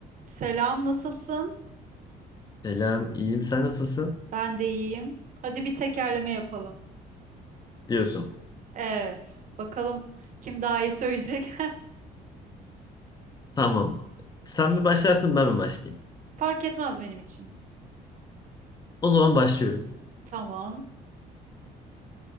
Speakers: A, on the right; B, on the left.
A: Selam, nasılsın?
B: Selam, iyiyim. Sen nasılsın?
A: Ben de iyiyim. Hadi bir tekerleme yapalım.
B: Diyorsun.
A: Evet. Bakalım kim daha iyi söyleyecek.
B: Tamam. Sen mi başlarsın, ben mi başlayayım?
A: <laughs> Fark etmez benim için.
B: O zaman başlıyorum.
A: Tamam.